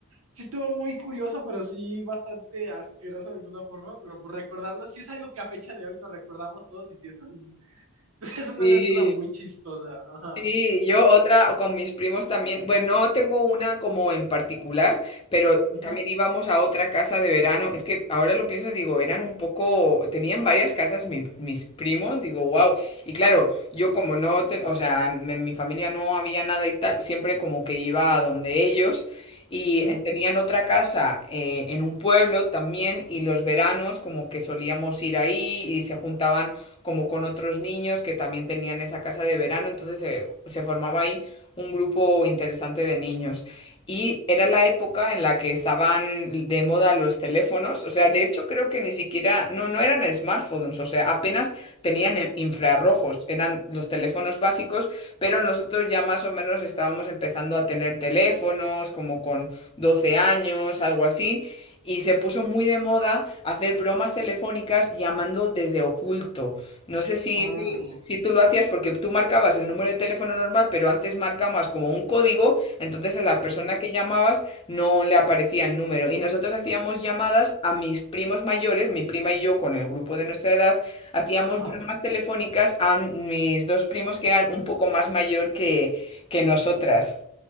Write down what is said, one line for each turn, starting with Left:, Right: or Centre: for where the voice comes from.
Right: sí estuvo muy curioso, pero sí bastante asqueroso de alguna forma, pero por recordarlo, sí es algo que a fecha de hoy nos recordamos todos y sí es, un- <laughs> pues, es una
Left: Sí.
Right: anécdota muy chistosa. Ajá.
Left: Sí, yo otra, o con mis primos también. Bueno, no tengo una como en particular, pero
Right: Ujú,
Left: también íbamos a otra casa de verano. Es que ahora lo pienso y digo, eran un poco, tenían varias casas mi- mis primos, digo, wow. Y claro, yo como no, te- o sea, en mi familia no había nada y tal, siempre como que iba a donde ellos. Y
Right: ujú.
Left: en- tenían otra casa eh, en un pueblo también, y los veranos como que solíamos ir ahí y se juntaban como con otros niños que también tenían esa casa de verano, entonces se, se formaba ahí un grupo interesante de niños. Y era la época en la que estaban de moda los teléfonos, o sea, de hecho creo que ni siquiera, no, no eran smartphones, o sea, apenas tenían eh, infrarrojos, eran los teléfonos básicos, pero nosotros ya más o menos estábamos empezando a tener teléfonos, como con 12 años, algo así, y se puso muy de moda hacer bromas telefónicas llamando desde oculto. No sé si
Right: Oh,
Left: tú, si tú lo hacías porque tú marcabas el número de teléfono normal, pero antes marcabas como un código, entonces a la persona
Right: ujú.
Left: que llamabas no le aparecía el número. Y nosotros hacíamos llamadas a mis primos mayores, mi prima y yo con el grupo de nuestra edad, hacíamos
Right: Ajá,
Left: bromas telefónicas a mis dos primos que eran un poco más mayor que, que nosotras.